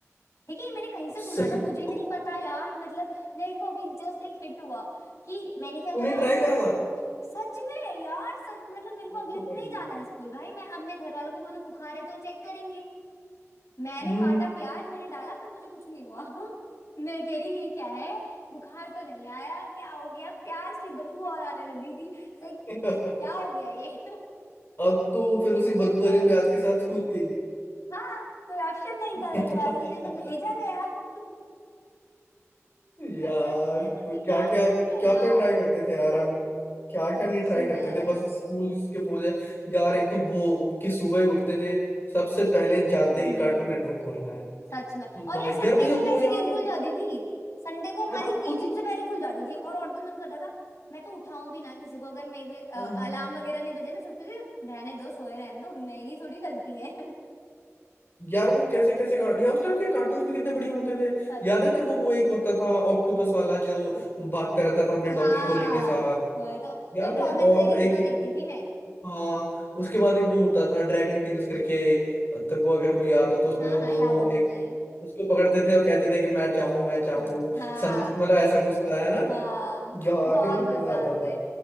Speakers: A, on the left; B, on the left.
A: ठीक है ये मैंने कहीं से सुना
B: सही
A: था मुझे
B: <laughs>
A: नहीं पता यार मतलब मेरे को अभी जस्ट एक हिट हुआ कि मैंने क्या
B: तूने
A: करा
B: ट्राई
A: अब मुझे
B: करा था
A: सच में यार सच मतलब मेरे को
B: वो
A: अगले दिन
B: भाई।
A: नहीं जाना है स्कूल भाई मैं अब मैं घर वालों को बोलूं बुखार है तो चेक करेंगे मैंने
B: हम्म
A: काटा प्याज मैंने डाला पर मुझे कुछ नहीं हुआ <laughs> मैं कह रही ये क्या है बुखार तो नहीं आया क्या हो गया प्याज की बदबू और आने लग गई थी सही
B: <laughs>
A: क्या हो गया ये <laughs>
B: अब तो फिर उसी
A: ओ
B: बदबू वाले
A: गॉड
B: प्याज के साथ स्कूल गई
A: हाँ कोई ऑप्शन नहीं
B: <laughs>
A: था मेरे पास मुझे तो भेजा गया <laughs>
B: यार
A: पर सच में
B: तो
A: सोचती क्या
B: क्या क्या
A: क्या करा
B: क्या क्या ट्राई करते थे यार हम क्या
A: सच
B: क्या नहीं ट्राई करते
A: में
B: थे बस स्कूल के पोजे यार एक तो वो कि सुबह ही उठते थे सबसे पहले जाते
A: हम्म
B: ही कार्टून नेटवर्क खोलना है
A: सच में और
B: भाई
A: यार संडे
B: यार तुझे
A: को
B: वो
A: कैसे
B: याद
A: नींद
B: है
A: खुल जाती थी संडे को हमारी
B: है ना
A: नींद
B: खुद
A: सबसे पहले खुल जाती थी और और दिन मन करता था मैं तो उठाऊं भी ना किसी को अगर मेरे
B: ही
A: अलार्म वगैरह नहीं बजे मैं सोचती थी रहने दो सोए रहने दो मेरी थोड़ी गलती है <laughs>
B: यार वो कैसे कैसे कार्ट यार उस टाइम के कार्टून भी कितने बढ़िया होते थे
A: सच
B: याद
A: में
B: है तेरे को वो एक होता था ऑक्टोपस वाला जो भागता रहता था अपने
A: हाँ
B: डॉगी को लेके साथ
A: वही तो
B: याद
A: मैं टॉम
B: है और
A: एंड जेरी कितना
B: एक
A: देखती
B: वो-
A: थी मैं
B: हाँ उसके बाद एक वो होता था ड्रैगन टील्स करके तेरे को अगर वो याद हो तो उसमें
A: हाँ
B: वो
A: हाँ
B: दोनों
A: याद है मुझे
B: एक उसको पकड़ते थे और कहते थे कि मैं चाहूं मैं चाहूं
A: हम्म। हाँ
B: सम मतलब ऐसा कुछ था है ना
A: हाँ
B: यार
A: बहुत
B: कितना मजा
A: मजा
B: आता
A: आते
B: था
A: थे